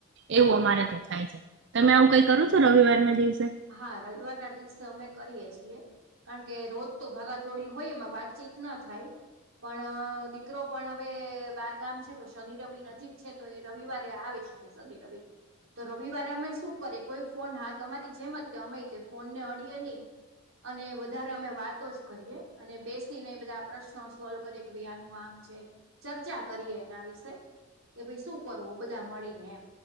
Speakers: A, on the right; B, on the right.
A: એવું અમારે તો થાય છે તમે આવું કઈ કરો છો રવિવાર ના દિવસે
B: હા રવિવાર ના દિવસે અમે કરીએ છીએ કારણ કે રોજ તો ભગા દોડી હોય એમાં વાતચીત ના થાય. પણ દીકરો પણ હવે બાર ગામ છે તો શનિ રવિ નજીક છે તો એ રવિવારે આવી શકે. રવિ તો રવિવારે અમે શું કરે કોઈ ફોન હાથ અમારી. જેમ જ અમેય તે ફોન ને અડીએે નહી. અને વધારે અમે વાતો જ કરીએ અને બેસીને બધા પ્રશ્નો સોલ્વ કરી. પ્ર ક્રિયાનું આમ છે ચર્ચા કરીએ એના વિશે. કે ભાઈ શું કરવું બધા મળીને એમ.